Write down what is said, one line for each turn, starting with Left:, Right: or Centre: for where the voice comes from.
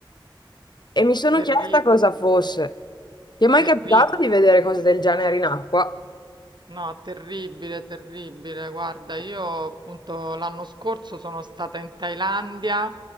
Left: e mi sono
Right: Terri-
Left: chiesta cosa fosse. Ti è mai
Right: terribile,
Left: capitato di vedere cose del genere in acqua?
Right: no, terribile, terribile. Guarda, io appunto l'anno scorso sono stata in Thailandia